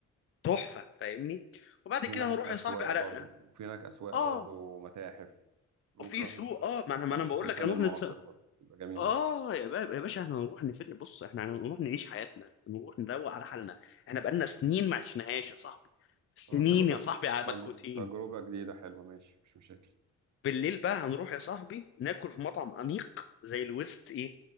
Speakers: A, on the left; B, on the right.
A: تحفه فاهمني وبعد
B: وفي
A: كده
B: هناك
A: هنروح
B: اسواق
A: يا صاحبي على
B: برضو وفي هناك اسواق
A: اه
B: برضو متاحف ممكن
A: في
B: نروح
A: سوق
B: مت-
A: اه ما انا ما
B: متحف
A: انا بقول
B: الفن
A: لك هنروح
B: المعاصر
A: نتس
B: برضو يبقى جميل
A: اه
B: قوي
A: يا باب يا باشا احنا هنروح نفل بص احنا هنروح نعيش حياتنا هنروح نروق على حالنا احنا بقالنا سنين ما عشناهاش يا صاحبي سنين
B: فتبقى تج...
A: يا صاحبي على
B: تج...
A: مكبوتين
B: تجربة جديدة حلوة ماشي مش مشاكل
A: بالليل بقى هنروح يا صاحبي ناكل في مطعم انيق زي الويست ايه